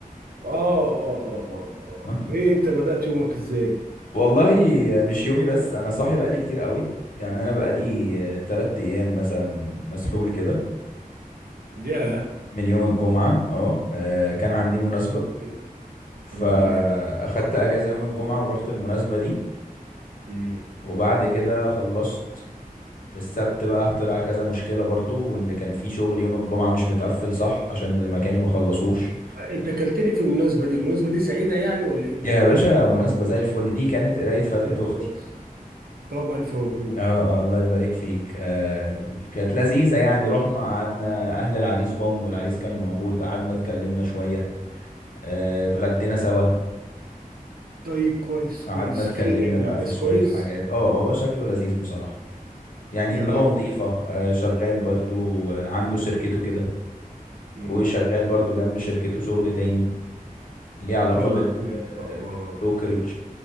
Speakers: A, on the right; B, on the left.
A: اه اه اه اه آه.
B: <laughs>
A: ايه انت بدأت يومك ازاي؟
B: والله مش يومي بس انا صاحي بقالي كتير قوي يعني انا بقالي
A: امم
B: تلات ايام مثلا مسحول كده
A: يا
B: من يوم الجمعة اه آه، كان عندي مناسبة
A: ربنا
B: فاخدت
A: ربنا يعين
B: اجازة يوم الجمعة ورحت المناسبة دي
A: امم
B: وبعد كده خلصت السبت بقى طلع كذا مشكلة برضو وان كان في شغل يوم الجمعة مش متقفل صح عشان اللي مكاني ما خلصوش
A: انت كلتني في المناسبه دي المناسبه دي سعيده يعني ولا ايه الدنيا؟
B: يا باشا مناسبة زي الفل دي كانت قراية فتحة
A: طيب
B: اختي
A: خلاص طب الف مبروك
B: اه اه الله يبارك فيك آه كانت لذيذة يعني رحنا قعدنا أهل العريس جم والعريس كان موجود قعدنا اتكلمنا شوية آه اتغدينا سوا
A: طيب كويس كويس
B: قعدنا اتكلمنا
A: خير يعني
B: بقى
A: عريس
B: في شوية
A: كويس
B: حاجات اه آه، هو شكله لذيذ بصراحة يعني
A: يلا
B: دماغه
A: ربنا
B: نظيفة
A: يوفقك
B: آه شغال برضو آه، عنده شركته كده
A: أمم.
B: وشغال برضو جنب شركته شغل تاني ليه علاقة
A: يلا
B: بال
A: ربنا
B: آه،
A: يوفقه اه
B: بالبروكرج